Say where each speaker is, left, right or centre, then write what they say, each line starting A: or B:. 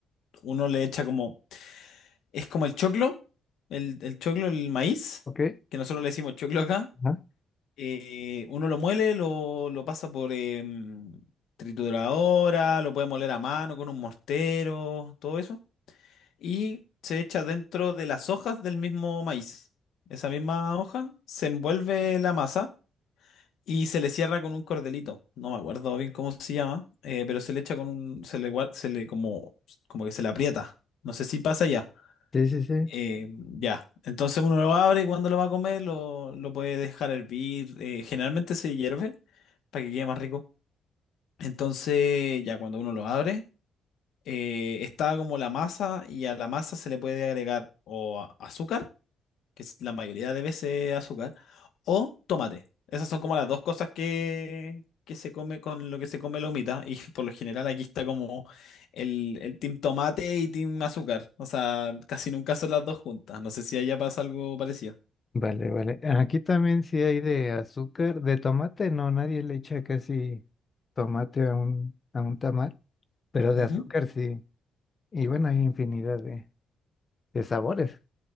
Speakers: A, on the left (about 75°); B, on the left (about 35°).
A: uno le echa como. Es como el choclo, el, el choclo, el maíz,
B: Ok.
A: que nosotros le decimos choclo acá.
B: Ajá.
A: Eh, uno lo muele, lo, lo pasa por em, trituradora, lo puede moler a mano con un mortero, todo eso. y se echa dentro de las hojas del mismo maíz. Esa misma hoja se envuelve la masa y se le cierra con un cordelito. No me acuerdo bien cómo se llama, eh, pero se le echa con un, se le, gua- se le como, como que se le aprieta. No sé si pasa ya.
B: Sí, sí, sí.
A: Eh, ya. Entonces uno lo abre y cuando lo va a comer lo, lo puede dejar hervir. eh, generalmente se hierve para que quede más rico. Entonces ya cuando uno lo abre eh, está como la masa y a la masa se le puede agregar o a- azúcar, que es la mayoría de veces azúcar, o tomate. Esas son como las dos cosas que, que se come con lo que se come la humita y <laughs> por lo general aquí está como el, el team tomate y team azúcar. O sea, casi nunca son las dos juntas. No sé si allá pasa algo parecido.
B: Vale, vale. Aquí también sí hay de azúcar, de tomate, no, nadie le echa casi tomate a un, a un tamal, pero de
A: Ujú.
B: azúcar sí. Y bueno, hay infinidad de, de sabores.